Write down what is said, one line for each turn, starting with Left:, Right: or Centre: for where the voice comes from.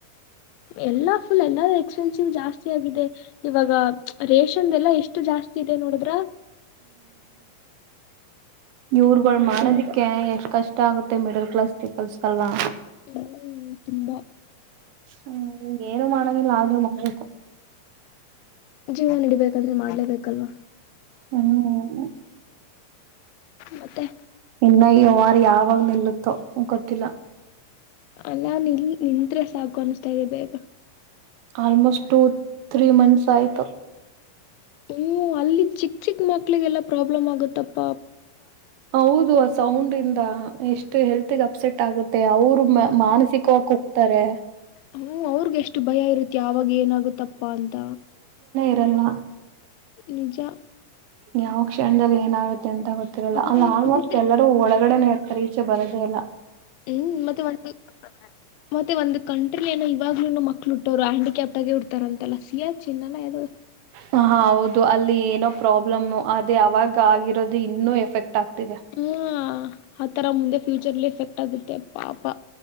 Left: ಎಲ್ಲಾ ಫುಲ್ ಎಲ್ಲ ಎಸ್ಪೆನ್ಸಿಲ್ ಜಾಸ್ತಿ ಆಗಿದೆ ಇವಾಗ ರೇಷನ್ ಎಲ್ಲ ಎಷ್ಟು ಜಾಸ್ತಿ ಇದೆ ನೋಡಿದ್ರ
Right: ಇವರ್ಗಳು ಮಾಡದಿಕ್ಕೆ ಎಷ್ಟು ಕಷ್ಟ ಆಗುತ್ತೆ ಮಿಡಲ್ ಕ್ಲಾಸ್ ಪೀಪಲ್ಸ್ಗೆಲ್ವಾ
Left: ಹ್ಮ್ ತುಂಬಾ
Right: ಹ್ಮ್ ಏನು ಮಾಡಂಗ ಆದರೂ ಮಾಡಬೇಕು
Left: ಜೀವನ ನಡಿಬೇಕಂದ್ರೆ ಮಾಡ್ಲೇಬೇಕಲ್ವಾ
Right: ಹ್ಮ
Left: ಮತ್ತೆ
Right: ಇನ್ನ ಈ ವಾರ ಯಾವಾಗ ನಿಲ್ಲುತ್ತೋ ಗೊತ್ತಿಲ್ಲ
Left: ಅಲ್ಲಾ ನಿನ್ ನಿಂತ್ರೆ ಸಾಕು ಅನಿಸ್ತಾ ಇದೆ ಬೇಗ
Right: ಆಲ್ಮೋಸ್ಟ್ ಟು ತ್ರೀ ಮಂತ್ಸ್ ಆಯ್ತು
Left: ಓ ಅಲ್ಲಿ ಚಿಕ್ಕ ಚಿಕ್ಕ ಮಕ್ಳಿಗೆಲ್ಲಾ ಪ್ರಾಬ್ಲಮ್ ಆಗುತ್ತಪ್ಪ
Right: ಹೌದು ಆ ಸೌಂಡ್ ಇಂದ ಎಷ್ಟು ಹೆಲ್ತ್ಗೆ ಅಪ್ಸೆಟ್ ಆಗುತ್ತೆ ಅವರು ಮಾನಸಿಕವಾಗಿ ಕುಗ್ತಾರೆ
Left: ಹ ಅವ್ರಗೆ ಎಷ್ಟು ಭಯ ಇರುತ್ತ ಅವಾಗ ಏನಾಗುತ್ತಪ್ಪ ಅಂತ
Right: ಅಲ್ಲ
Left: ನಿಜ
Right: ಯಾವ ಕ್ಷಣದಲ್ಲಿ ಏನಾಗುತ್ತೆ ಎಂತ ಗೊತ್ತಿರಲ್ಲ
Left: ಹ್ಮ್
Right: ಅಲ್ಲ ಆಲ್ಮೋಸ್ಟ್
Left: ಮತ್ತೆ
Right: ಎಲ್ಲರೂ ಒಳಗಡೆನೆೇ ಇರ್ತಾರೆ ಬರೋದೆೇಲ್ಲ
Left: ಹ್ಮ್ ಮತ್ತೆ ಒಂದು ಮತ್ತೆ ಒಂದು ಕಣ ಏನ ಇವಾಗ್ಲೂ ಮಕ್ಳುಟ್ಟೋರು ಹ್ಯಾಂಡಿಕ್ಯಾಪಪ್ ಆಗಿ ಉಡ್ತಾರ ಅಂತಲ್ಲ ಸಿಯಾ ಚಿನ್ನದು
Right: ಹ ಹೌದು ಅಲ್ಲಿ ಏನೋ ಪ್ರಾಬ್ಲಮು ಅದ ಅವಾಗ ಆಗಿರೋದು ಇನ್ನೂ ಎಫೆಕ್ಟ್ ಆಗ್ತಿದೆ
Left: ಹ್ಮ್ ಆ ತರ ಮುಂದೆ ಫ್ಯೂಚರ್ ಎಫೆಕ್ಟ್ ಆಗುತ್ತೆ ಪಾಪಾ